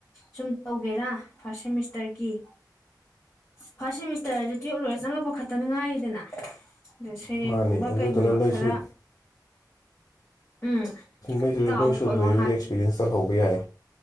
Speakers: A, on the left (about 35°); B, on the left (about 55°).
A: ꯁꯨꯝ ꯇꯧꯒꯦꯔꯥ ꯐꯥꯔꯁ ꯁꯦꯃꯤꯁꯇꯔꯒꯤ ꯐꯥꯔꯁꯠ ꯁꯦꯃꯤꯁꯇꯔꯁꯦ ꯇꯨꯌꯦꯞ ꯂꯣꯏꯔ ꯆꯪꯉꯛꯄ ꯈꯛꯇꯅ ꯉꯥꯢꯔꯤꯗꯅ ꯑ ꯁꯩꯔꯦꯡ
B: ꯃꯥꯅꯦ
A: ꯒꯨꯝꯕ
B: ꯑꯗꯨꯗꯨꯅ
A: ꯀꯩꯒꯨꯝꯕ
B: ꯅꯣꯏꯁꯨ
A: ꯈꯔ ꯎꯝ
B: ꯅꯣꯢꯗ
A: ꯇꯥꯛꯑꯣ
B: ꯅꯣꯢ ꯁꯨꯗꯩꯁꯤꯗ
A: ꯈꯣꯠꯂꯣ
B: ꯑꯦꯛꯁꯄꯤꯔꯦꯟꯁ ꯇꯜꯍꯧꯕ ꯌꯥꯢ